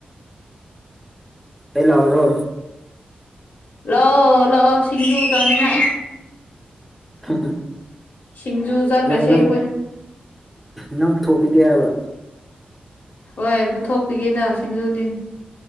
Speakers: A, in the centre; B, on the left (about 70°).
A: ꯑꯩ ꯂꯥꯛꯎꯔꯣ
B: ꯂꯥꯛꯑꯣ ꯂꯥꯛꯑꯣ ꯁꯤꯡꯖꯨ ꯆꯥꯅꯤꯡꯉꯥꯏ
A: ꯪꯍꯝꯍꯝ
B: ꯁꯤꯡꯖꯨ ꯆꯥꯈ꯭ꯔꯁꯦ
A: ꯅꯪ ꯅꯪ
B: ꯑꯩꯈꯣꯏ
A: ꯅꯪ ꯊꯣꯛꯄꯤꯒꯦ ꯍꯥꯏꯕ
B: ꯍꯣꯏ ꯄꯨꯊꯣꯛꯄꯤꯒꯦꯗ ꯁꯤꯡꯖꯨꯗꯤ